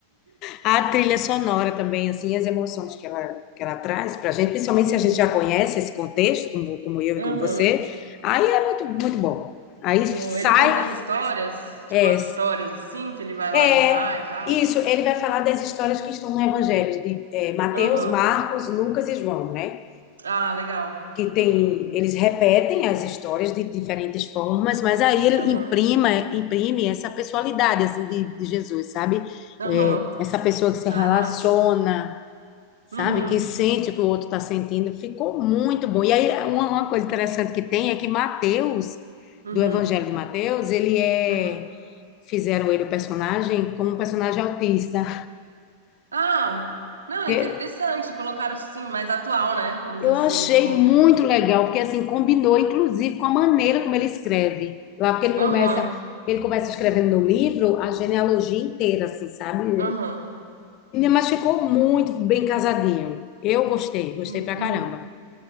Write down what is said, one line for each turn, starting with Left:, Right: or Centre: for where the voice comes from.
Left: a trilha sonora também, assim, as emoções que ela, que ela traz pra gente, principalmente
Right: Uhum.
Left: se a gente já conhece esse contexto, como, como eu
Right: Uhum.
Left: e como você, aí é muito, muito bom. Aí
Right: Bom,
Left: sai,
Right: ele conta as histórias, tipo
Left: é,
Right: as histórias assim, que ele vai lá
Left: é,
Right: ajudar e tal.
Left: isso, ele vai falar das histórias que estão no Evangelho, de é, Mateus,
Right: Aham.
Left: Marcos, Lucas e João, né?
Right: Ah, legal.
Left: Que tem, eles repetem as histórias de diferentes formas, mas aí ele
Right: Aham.
Left: imprima, imprime essa pessoalidade, assim, de, de Jesus, sabe?
Right: Aham.
Left: É, essa pessoa que se relaciona,
Right: Ah, massa.
Left: sabe?
Right: Uhum.
Left: Que sente o que o outro está sentindo. Ficou muito bom. E aí, uma, uma coisa interessante que tem é que Mateus,
Right: Uhum.
Left: do Evangelho de Mateus, ele é.
Right: Uhum.
Left: Fizeram ele o personagem como um personagem autista.
Right: Ah, não, é
Left: E
Right: interessante. Colocaram assim, mais atual, né? Vamos dizer
Left: Eu
Right: assim,
Left: achei
Right: tipo.
Left: muito legal, porque assim combinou, inclusive, com a maneira como ele escreve. Lá, porque ele começa.
Right: Aham,
Left: Ele começa escrevendo no livro a genealogia inteira, assim, sabe?
Right: aham.
Left: Mas ficou muito bem casadinho. Eu gostei, gostei
Right: hum,
Left: pra
Right: uhum.
Left: caramba.